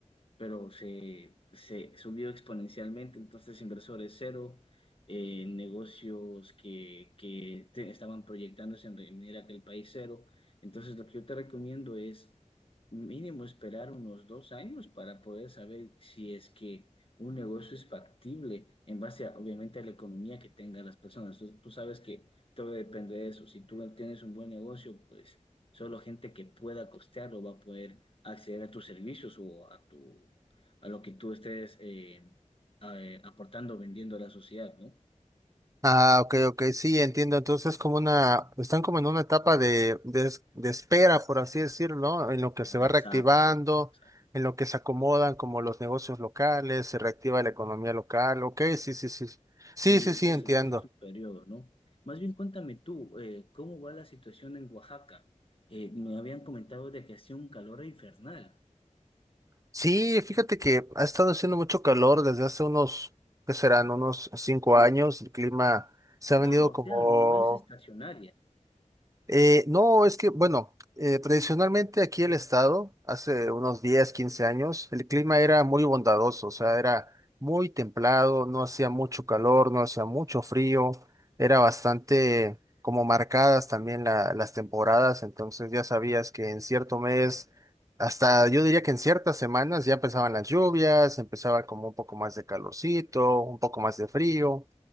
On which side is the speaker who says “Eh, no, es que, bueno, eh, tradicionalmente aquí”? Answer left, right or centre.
Right